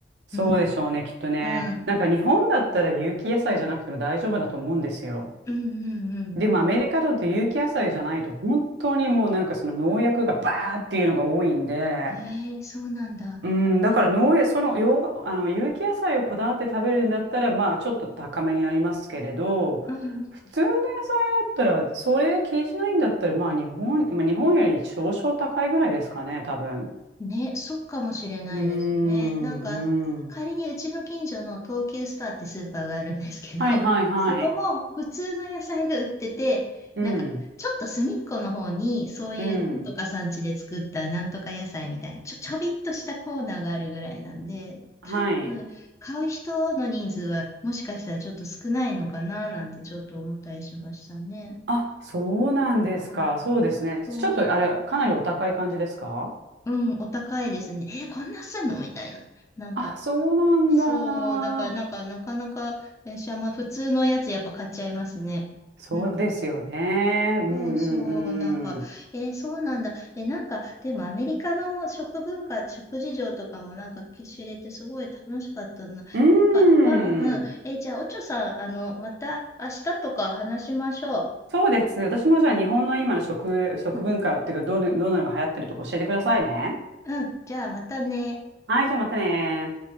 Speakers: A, on the right (about 70°); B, on the left (about 15°).
A: そうでしょうね、
B: うん、
A: きっとね。
B: うん、うん、
A: なんか日本だったら有機野菜じゃなくても大丈夫だと思うんですよ。
B: うん、うん。
A: でもアメリカだと有機野菜じゃないと本当にもうなんかその農薬がバーっていうのが多いんで、
B: ええそうなんだ。
A: うん、
B: あら、
A: だから農園、その洋が、あの有機野菜をこだわって食べるんだったら、まあちょっと高めになりますけれど、
B: うん、うん、
A: 普通の野菜だったら、それで気にしないんだったら、まあ日本、まあ、日本より少々高いぐらいですかね、多分。
B: ね、そうかもしれないですね。
A: うーん、
B: なんか、仮にうちの近所の東急スターってスーパーがあるんですけど、
A: うん。はいはいはい。
B: <laughs> そこも普通の野菜が売ってて、
A: うん、
B: なんか、ちょっと隅っこの方に、そういうなんとか産地で作ったなんとか野菜みたいな、
A: うん。
B: ちょ、ちょびっとしたコーナーがあるぐらいなんで、
A: はい。
B: 多分、買う人の人数はもしかしたらちょっと少ないのかななんてちょっと思ったりしましたね。
A: あ、そうなんですか。
B: うん、
A: そうですね。
B: そうそ
A: ちょっとあれ、かなりお高い感じですか
B: う。うん、お高いですね。えこんなすんのみたいな。なんか、
A: あ、そうなん
B: そう、だからなんか、
A: だ。
B: なかなか、電車、まあ普通のやつやっぱ買っちゃいますね。<laughs>
A: そうですよね。
B: うん
A: うんうんうん。
B: そうそう、なんか、えーそうなんだ。えなんか、でもアメリカの食文化、食事情とかもなんか知れてすごい楽しかったな。なん
A: うーん。
B: か、うんうん。えーじゃあ、おちょさん、あの、また明日とか話しましょ
A: そうですね。私もじゃあ日本の今の食、食文化っていうか、
B: う。うん、
A: どの、どのようなのが流行ってるとか教えてくださいね。
B: うん、じゃあまたね。
A: はい、じゃあまたね。